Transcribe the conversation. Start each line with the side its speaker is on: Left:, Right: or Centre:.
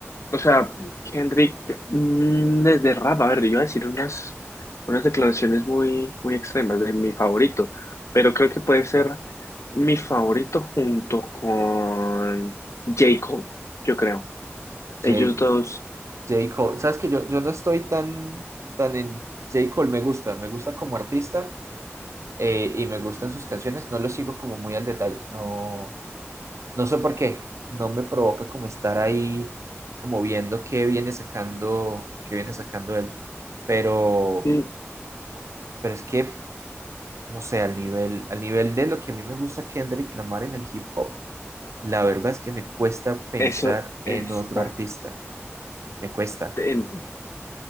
Left: o sea, Henry, mm, desde rap, a ver, yo iba a decir unas, unas declaraciones muy, muy extremas de mi favorito, pero creo que puede ser
Right: que
Left: mi favorito junto con J. Cole, yo creo, ellos
Right: J.
Left: dos,
Right: J. Cole, sabes que yo, yo no estoy tan, tan en J. Cole, me gusta, me gusta como artista eh, y me gustan sus canciones, no lo sigo como muy al detalle, no, no sé por qué, no me provoca como estar ahí, como viendo qué viene sacando, qué viene sacando él, pero,
Left: mm,
Right: pero es que, no sé, al nivel, al nivel de lo que a mí me gusta Kendrick Lamar en el hip hop, la verdad es que me cuesta pensar
Left: eso,
Right: en
Left: es
Right: otro artista, me cuesta.
Left: en-